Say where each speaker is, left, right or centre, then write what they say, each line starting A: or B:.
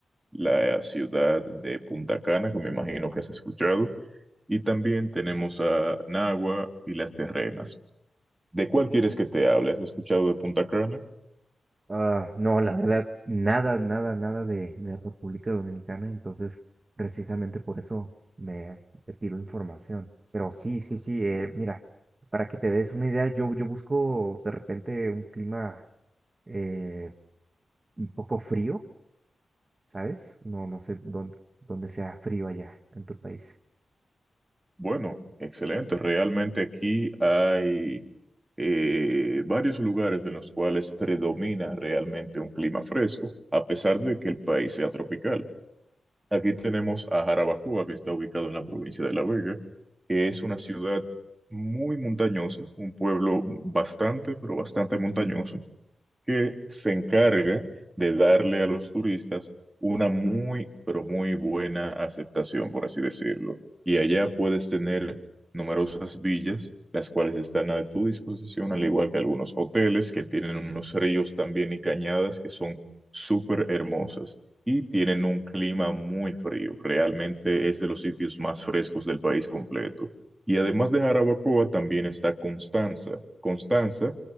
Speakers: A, on the right (about 15°); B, on the right (about 35°).
A: la ciudad de Punta Cana, que me imagino que has escuchado. Y también tenemos a Nagua y Las Terrenas. ¿De cuál quieres que te hable? ¿Has escuchado de Punta Cana?
B: Ah, no, la verdad, nada, nada, nada de, de República Dominicana, entonces precisamente por eso me te pido información. Pero sí, sí, sí, eh, mira, para que te des una idea, yo, yo busco de repente un clima eh, un poco frío, ¿sabes? No, no sé dónde, dónde sea frío allá en tu país.
A: Bueno, excelente. Realmente aquí hay eh, varios lugares en los cuales predomina realmente un clima fresco, a pesar de que el país sea tropical. Aquí tenemos a Jarabacoa, que está ubicado en la provincia de La Vega, que es una ciudad muy montañosa, un pueblo bastante, pero bastante montañoso, que se encarga de darle a los turistas una muy, pero muy buena aceptación, por así decirlo. Y allá puedes tener numerosas villas, las cuales están a tu disposición, al igual que algunos hoteles que tienen unos ríos también y cañadas que son súper hermosas. Y tienen un clima muy frío. Realmente es de los sitios más frescos del país completo. Y además de Jarabacoa, también está Constanza. Constanza